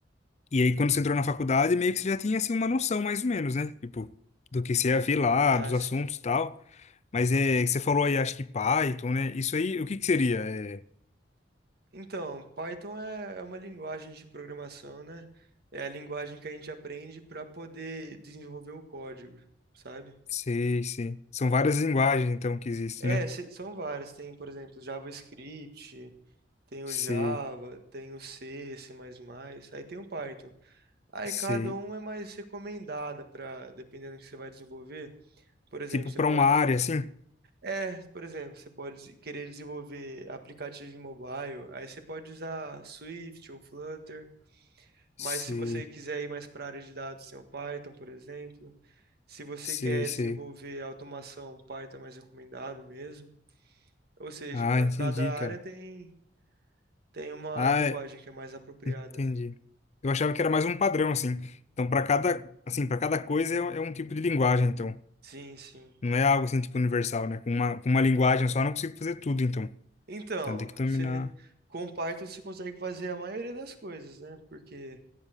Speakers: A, on the left (about 40°); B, on the right (about 60°).
A: E aí, quando você entrou na faculdade, meio que você já tinha, assim, uma noção, mais ou menos, né? Tipo, do que você ia ver lá,
B: Ah,
A: dos assuntos
B: sim.
A: e tal. Mas é... Você falou aí, acho que Python, né? Isso aí, o que que seria? É...
B: Então, Python é, é uma linguagem de programação, né? É a linguagem que a gente aprende para poder desenvolver o código, sabe?
A: Sei, sei. São várias linguagens, então, que existem,
B: É,
A: né?
B: se- são várias. Tem, por exemplo, JavaScript, tem o
A: Sei,
B: Java, tem o C, C++, aí tem o Python. Aí
A: sei.
B: cada um é mais recomendada para, dependendo do que você vai desenvolver. Por exemplo,
A: Tipo,
B: você
A: para
B: pode
A: uma área, assim?
B: É, por exemplo, você pode querer desenvolver aplicativo em mobile, aí você pode usar Swift ou Flutter.
A: Sei,
B: Mas se você quiser ir mais para a área de dados, tem o Python, por exemplo. Se você
A: sei,
B: quer
A: sei.
B: desenvolver automação, Python é mais recomendado mesmo. Ou seja,
A: Ah,
B: para
A: entendi,
B: cada
A: cara.
B: área tem, tem uma
A: Ah,
B: linguagem
A: é,
B: que é mais apropriada.
A: Entendi. Eu achava que era mais um padrão, assim. Então, para cada, assim, para cada coisa é, é um tipo de linguagem, então.
B: Sim, sim.
A: Não é algo assim, tipo, universal, né? Com uma, com uma linguagem só eu não consigo fazer tudo, então.
B: Então,
A: Então, tem que dominar.
B: você, com Python você consegue fazer a maioria das coisas, né? Porque,